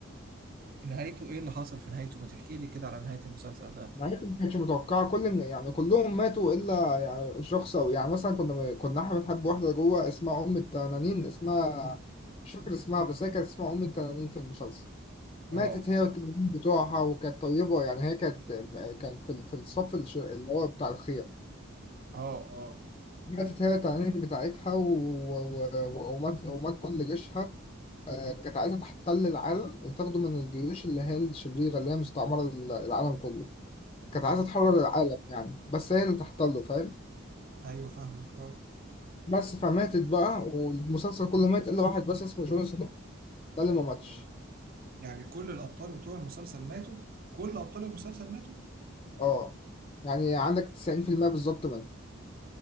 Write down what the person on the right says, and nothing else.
نهايته ايه اللي حصل في نهايته ما تحكي لي كده على نهاية المسلسل ده
اه
اه اه
اه
ايوه فاهمك اه
يعني كل الأبطال بتوع المسلسل ماتوا كل أبطال المسلسل ماتوا